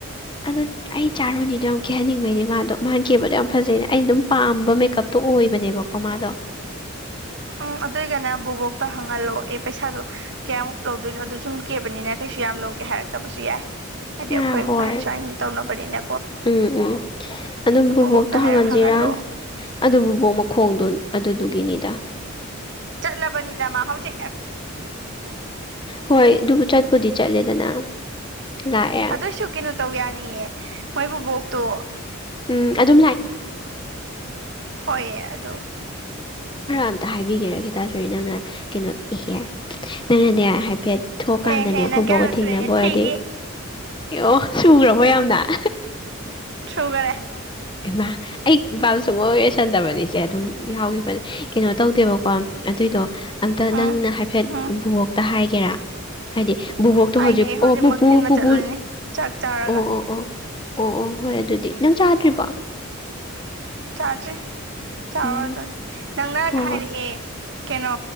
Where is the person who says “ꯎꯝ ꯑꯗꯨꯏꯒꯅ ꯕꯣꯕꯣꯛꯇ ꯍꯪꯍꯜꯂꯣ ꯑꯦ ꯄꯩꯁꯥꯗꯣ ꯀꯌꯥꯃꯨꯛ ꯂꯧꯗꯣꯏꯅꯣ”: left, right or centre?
Right